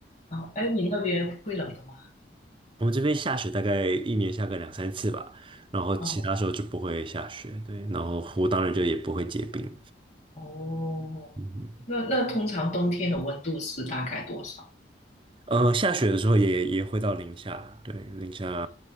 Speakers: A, on the left (about 35°); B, on the right (about 25°).
A: 啊，哎，你那边会冷的吗？
B: 我们这边下雪大概一年下个两三次吧，然后其他时候就不会下雪，
A: 哦
B: 对，然后湖当然就也不会结冰。
A: 哦，
B: 嗯
A: 那那通常冬天的温度是大概多少？
B: 哼，呃，下雪的时候也也会到零下，对，零下。